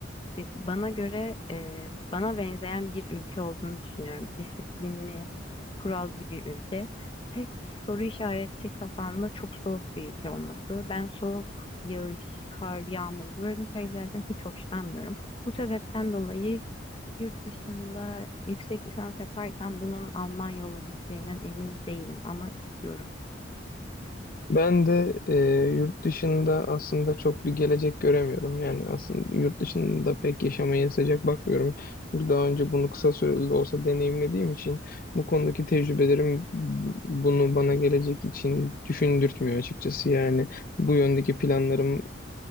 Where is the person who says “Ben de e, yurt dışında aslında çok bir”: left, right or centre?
Left